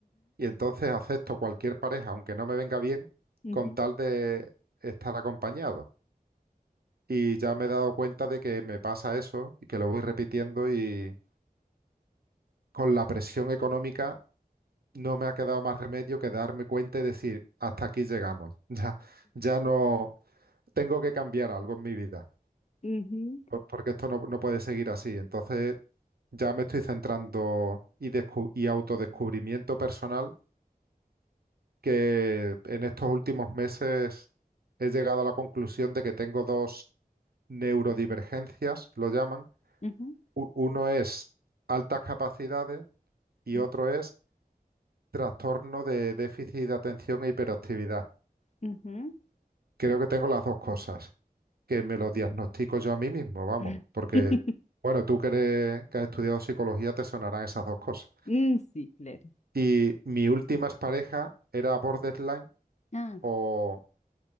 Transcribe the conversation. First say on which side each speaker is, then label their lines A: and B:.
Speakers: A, on the right; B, on the left.
A: y entonces acepto cualquier pareja, aunque no me venga bien,
B: ujú,
A: con tal de estar acompañado. Y ya me he dado cuenta de que me pasa eso y que lo voy repitiendo y con la presión económica no me ha quedado más remedio que darme cuenta y decir, hasta aquí llegamos. <laughs> Ya, ya no tengo que cambiar algo en mi vida,
B: ujú,
A: por- porque esto no, no puede seguir así. Entonces ya me estoy centrando y, descu- y autodescubrimiento personal, que en estos últimos meses he llegado a la conclusión de que tengo dos neurodivergencias, lo llaman.
B: ujú,
A: U- uno es altas capacidades y
B: u-
A: otro es trastorno de déficit de atención e hiperactividad.
B: ujú.
A: Creo que tengo las dos cosas, que me lo diagnostico yo a mí mismo, vamos,
B: <laughs>
A: porque,
B: Qué-
A: bueno, tú que eres- que has estudiado psicología, te sonarán esas dos cosas.
B: Mm, Sí, claro.
A: Y mi última pareja era borderline
B: Ah,
A: o,